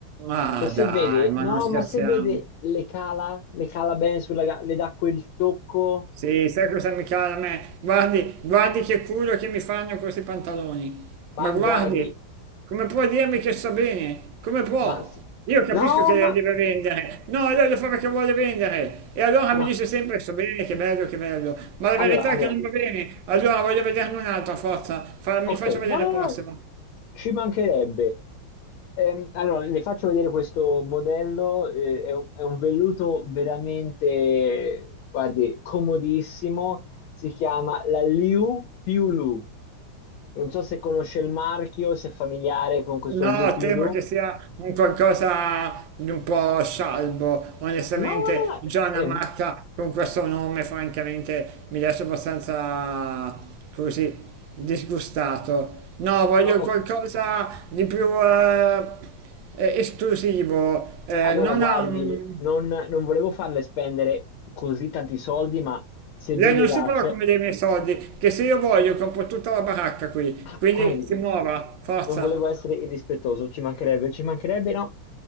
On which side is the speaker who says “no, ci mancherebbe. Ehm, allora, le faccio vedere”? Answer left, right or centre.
Left